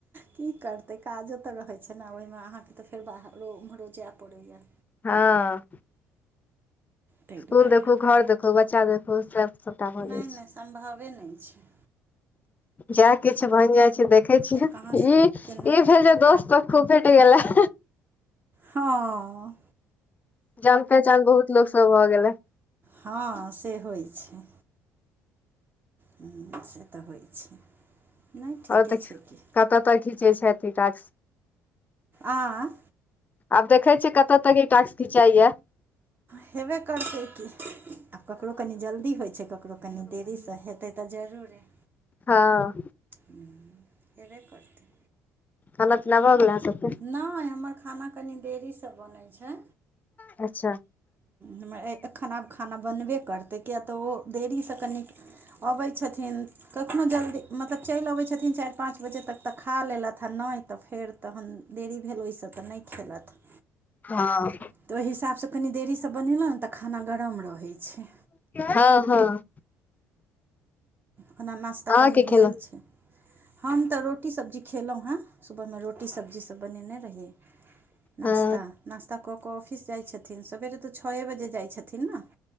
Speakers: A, on the right; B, on the left.
A: की करतै काजो तऽ रहैत छै ने ओहिमे अहाँकेँ तऽ फेर बाहरो ओम्हरो जाय पड़ैए
B: हँ
A: ताहि
B: इसकुल
A: दुआरे
B: देखू घर देखू बच्चा देखु सब सबटा भऽ जाइ
A: नहि नहि सम्भवे नहि छै
B: जा किछु बनि जाइ छै देखै
A: ओतेक
B: छियै
A: कहाँसँ
B: ई ई
A: केना करतै
B: भेल जे दोस्त खूबेट गेलाह
A: हँ अ
B: जान पहचान बहुत लोकोग सब भऽ गेलै
A: हँ से होइ छै हुँ से तऽ होइ छै नहि ठीके
B: आओर तऽ
A: छै की
B: कत तऽ घीचे छथि इ टास्क
A: आँय
B: आब देखे छियै कतऽ तक ई टाक्स खिचाइया
A: हेबे करतै की आब ककरो कनि जल्दी होइ छै ककरो कनि देरीसँ हेतै तऽ जरूरे
B: हँ
A: ह हेबे करतै
B: खाना पीना भ गेलय अहाँ सभ कें
A: नहि हमर खाना कनि देरीसँ बनैत छै
B: अच्छा
A: हमर एखन आब खाना बनबे करतै किएक तऽ ओ देरीसँ कनि अबै छथिन कखनो जल्दी मतलब चलि अबै छथिन चारि पाँच दस बजे तक तऽ खा लेलथि आओर नहि तऽ फेर तहन देरी भेल ओहिसँ तऽ नहि खेलथि
B: हँ
A: तऽ ओहि हिसाबसँ कनि देरीसँ बनेलहुँ ने तऽ खाना गरम रहै छै
B: हँ हँ
A: खना नश्ता
B: अहाँके
A: पानि भेल
B: खेलौं
A: छै हम तऽ रोटी सब्जी खेलहुँ हँ सुबहमे रोटी सब्जी सब बनेने रहिय नास्ता
B: हँ
A: नास्ता कऽ कऽ ऑफिस जाइ छथिन सबेरे तऽ छओ बजे जाइ छथिन ने